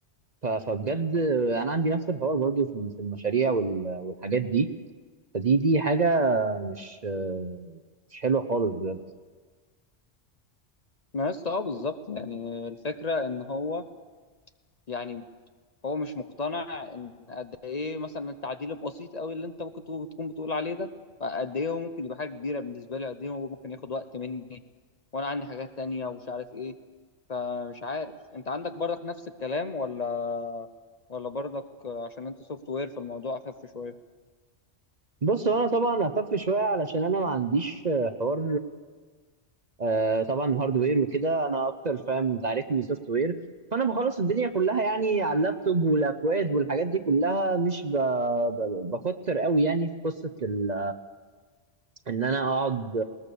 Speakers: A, on the right; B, on the left.
A: ف- فبجد انا عندي نفس الحوار برضو في في المشاريع وال- والحاجات دي فدي دي حاجه مش مش حلوه خالص بجد
B: ما لسه اه بالظبط يعني الفكرة ان هو يعني هو مش مقتنع ان قد ايه مثلا التعديل البسيط قوي اللي انت ممكن تكون تكون بتقول عليه ده قد ايه هو ممكن يبقى حاجة كبيرة بالنسبة لي قد ايه هو ممكن ياخد وقت مني وانا عندي حاجات تانية ومش عارف ايه فمش عارف انت عندك برضك نفس الكلام ولا ولا برضك عشان انت سوفت وير فالموضوع اخف شوية
A: بص هو انا طبعا هخف شويه علشان انا ما عنديش حوار آه، طبعا هاردوير وكده انا اكتر فاهم انت عارفني سوفت وير فانا بخلص الدنيا كلها يعني على اللابتوب والاكواد والحاجات دي كلها مش ب... ب... بكتر قوي يعني في قصه ال... ان انا اقعد